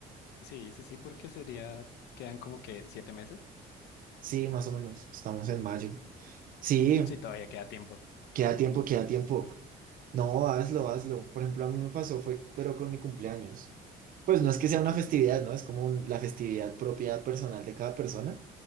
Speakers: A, on the left; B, on the right.
A: Sí, sí, sí, porque sería, quedan como que siete meses.
B: Sí, más o menos, estamos en mayo. Sí,
A: Sí, todavía queda tiempo.
B: Queda tiempo, queda tiempo. No, hazlo, hazlo. Por ejemplo, a mí me pasó, fue, pero con mi cumpleaños. Pues no es que sea
A: Ok,
B: una festividad, ¿no? Es como un- la festividad propia personal de cada persona.